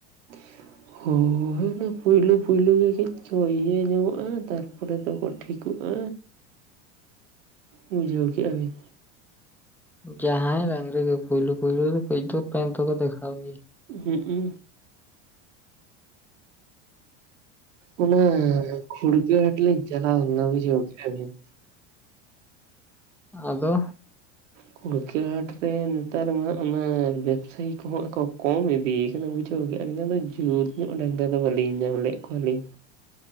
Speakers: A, on the right; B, in the centre.
A: <inaudible> ᱦᱳᱭ ᱚᱱᱟ ᱯᱩᱭᱞᱩ ᱯᱩᱭᱞᱩ ᱜᱮ ᱠᱟᱹᱡ ᱠᱚ ᱤᱭᱟᱹ ᱧᱟᱢᱚᱜᱼᱟ ᱛᱟᱨᱯᱚᱨᱮ ᱫᱚᱠᱚ ᱴᱷᱤᱠᱚᱜᱼᱟ᱾ ᱵᱩᱡᱷᱟᱹᱣ ᱠᱮᱜᱼᱟ ᱵᱤᱱ?
B: ᱡᱟᱦᱟᱸ ᱰᱟᱺᱝᱨᱤ ᱜᱮ ᱯᱩᱭᱞᱩ ᱯᱩᱭᱞᱩ ᱫᱚ ᱠᱟᱹᱡ ᱫᱚ ᱯᱮᱸᱫ ᱫᱚᱠᱚ ᱫᱮᱠᱷᱟᱣ ᱜᱮᱭᱟ᱾
A: ᱦᱩᱸᱜ-ᱩ᱾ ᱚᱱᱟ ᱠᱷᱩᱲᱜᱟᱹ ᱦᱟᱴᱞᱤᱧ ᱪᱟᱞᱟᱣ ᱞᱮᱱᱟ ᱵᱩᱡᱷᱟᱹᱣ ᱠᱮᱫᱟᱵᱤᱱ᱾
B: ᱟᱫᱚ᱾
A: ᱠᱩᱲᱠᱤᱭᱟᱹ ᱦᱟᱴ ᱨᱮ ᱱᱮᱛᱟᱨ ᱢᱟ ᱚᱱᱟ ᱵᱮᱵᱽᱥᱟᱭᱤ ᱠᱚ ᱦᱟᱸᱜ ᱠᱚ ᱠᱚᱢ ᱤᱫᱤᱭ ᱵᱩᱡᱷᱟᱹᱣ ᱠᱮᱜ-ᱟᱹᱞᱤᱧ ᱟᱫᱚ ᱡᱩᱛ ᱧᱚᱜ ᱰᱟᱝᱨᱟ ᱫᱚ ᱵᱟᱹᱞᱤᱧ ᱧᱟᱢ ᱞᱮᱫ ᱠᱚᱣᱟᱞᱤᱧ᱾